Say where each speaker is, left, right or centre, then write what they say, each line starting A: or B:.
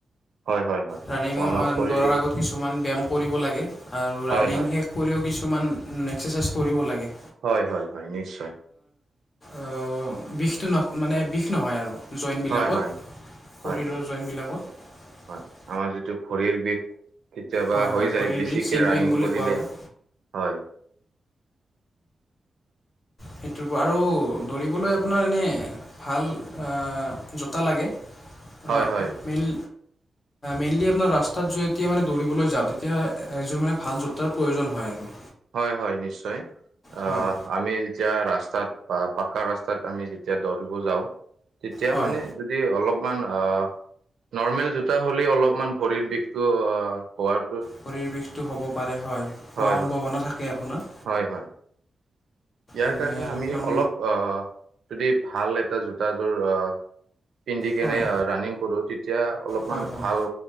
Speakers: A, on the right; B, on the left.
A: হয় হয় হয়
B: ৰানিঙৰ
A: ৱাৰ্ম আপ কৰিলো
B: দৌৰাৰ আগত কিছুমান ব্যায়াম কৰিব লাগে আৰু
A: হয়
B: ৰাণিং
A: হয়
B: শেষ কৰিও কিছু কিছুমান এক্সাৰচাইজ কৰিব লাগে।
A: হয় হয় হয় নিশ্চয়।
B: অ বিষটো ন মানে বিষ নহয় আৰু। জইণ্টবিলাকত
A: হয় হয়
B: শৰীৰৰ
A: হয় হয়
B: জইণ্টবিলাকত।
A: হয় আমাৰ যিটো ভৰিৰ বিষ। কেতিয়াবা
B: হয়
A: হৈ
B: হয়
A: যায়
B: ভৰিৰ
A: বেছিকে
B: বিষ চিন
A: ৰাণিং
B: পেইন বুলি
A: কৰিলে
B: কোৱা হয়
A: হয়। <inaudible>
B: সেইটোৰ পৰা আৰু দৌৰিবলৈ আপোনাৰ এনে ভাল অ জোতা লাগে। ৰ
A: হয় হয়
B: মিল মেইনলি আপোনাৰ ৰাস্তাত যে যেতিয়া মানে দৌৰিবলৈ যাওঁ তেতিয়া এইযোৰ মানে ভাল জোতাৰ প্ৰয়োজন হয় আৰু।
A: হয় হয় নিশ্চয় আহ
B: হয়
A: আমি যেতিয়া ৰাস্তাত বা পাককা ৰাস্তাত আমি যেতিয়া দৌৰিব যাওঁ। তেতিয়া
B: হয়
A: মানে যদি অলপ মান আ নৰ্মেল জোতা হ'লে অলপমান ভৰিৰ বিষটো অ হোৱাৰ
B: শৰীৰ বিষটো হ'ব পাৰে হয়
A: হয়
B: পোৱাৰ সম্ভাৱনা
A: হয়
B: থাকে আপোনাৰ।
A: হয় হয় ইয়াৰ
B: এনে
A: কাৰণে আমি
B: অলপমান
A: অলপ আহ যদি ভাল এটা জোতাযোৰ আহ পিন্ধি কেনে
B: হয়
A: ৰাণিং কৰোঁ তেতিয়া অলপমান
B: হয় হয়
A: ভাল